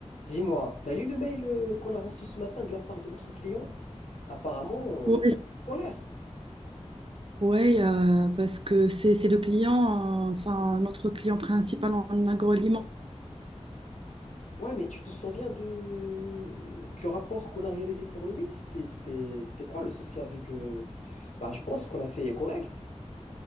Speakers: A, on the left (about 85°); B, on the right (about 50°).
A: Dis-moi, t'as lu le mail euh, qu'on a reçu ce matin de la part de notre client? Apparemment, euh,
B: Oui,
A: il est en colère.
B: ouais, euh, parce que c'est c'est le client, euh, enfin notre client principal en agroalimentaire.
A: Ouais, mais tu te souviens de... du rapport qu'on a réalisé pour lui? C'était, c'était, c'était quoi le souci avec... euh, Bah, je pense qu'on a fait correct.